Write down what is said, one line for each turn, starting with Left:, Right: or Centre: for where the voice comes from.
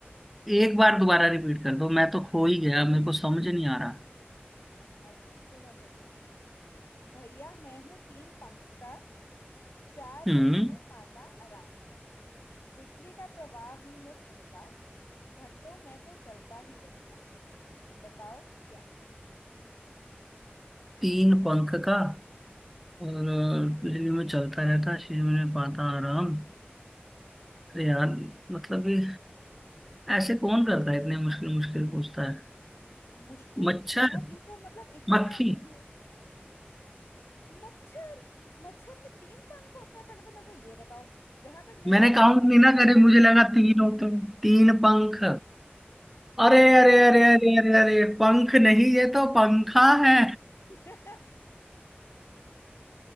Centre: दो एक बार दोबारा रिपीट कर दो मैं तो खो ही गया मेरे को समझ नहीं आ रहा
Left: अच्छा सुनो फिर सुनो भैया मैं हूं तीन पंख का चार
Centre: हम्म
Left: महीने पाता आराम बिजली का प्रवाह हूं मैं सहता घंटों मैं तो चलता ही रहता बताओ क्या
Centre: तीन पंख का और बिजली में चलता रहता शरीर में पाता आराम अरे यार मतलब ये ऐसे कौन करता है इतने मुश्किल मुश्किल पूछता है
Left: मुश्किल
Centre: मच्छर
Left: यार ये तो मतलब इतना
Centre: मक्खी
Left: इजी है मच्छर मच्छर में तीन पंख होते हैं पहले तो मेरे को ये बताओ जहां तक मैंने
Centre: मैंने काउंट
Left: देखा है
Centre: नहीं ना
Left: मेरे
Centre: करे
Left: घर
Centre: मुझे
Left: में जो
Centre: लगा तीन हो तुम तीन पंख अरे
Left: हाँ
Centre: अरे अरे अरे अरे अरे पंख नहीं ये तो पंखा है
Left: <laughs>